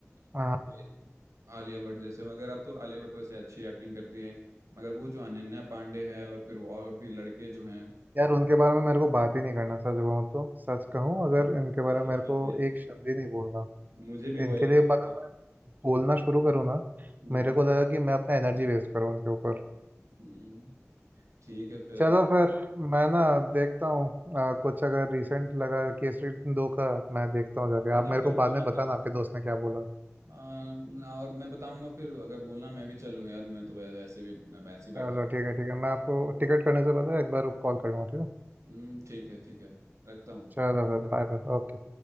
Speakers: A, on the right; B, on the right.
A: वही
B: हाँ
A: आलिया भट्ट जैसे मगर अब तो आलिया भट्ट वैसे अच्छी एक्टिंग करती है मगर वो जो अनन्या पांडे है और फिर और भी लड़के जो हैं
B: यार उनके बारे में मेरे को बात ही नहीं करना सच कहूँ तो सच कहूँ अगर इनके बारे
A: खुद
B: में मेरे को
A: ने वही-
B: एक शब्द ही नहीं बोलना
A: मुझे भी वही
B: इनके लिए
A: लगता
B: अगर
A: है।
B: मैं बोलना शुरू करूँ ना
A: हम्म
B: मेरे को लगा कि मैं अपना एनर्जी वेस्ट करूँ उनके ऊपर
A: हम्म, ठीक है फिर
B: चलो फिर मैं ना देखता हूँ आ, कुछ अगर रिसेंट लगा केसरी दो का मैं देखता हूँ जाके
A: नहीं
B: आप
A: तो
B: मेरे
A: फिर
B: को
A: बोलना
B: बाद में बताना
A: यार
B: आपके दोस्त ने क्या बोला
A: आ, ना, और मैं बताऊंगा फिर अगर बोलना मैं भी चलूंगा यार मैं तो वै- वैसे भी वैसे ही बैठा
B: चलो ठीक है ठीक है मैं आपको टिकट करने से पहले एक बार कॉल कर लूँगा ठीक है
A: हूँ। हम्म ठीक है ठीक है रखता हूँ
B: चलो फिर बाय बाय ओके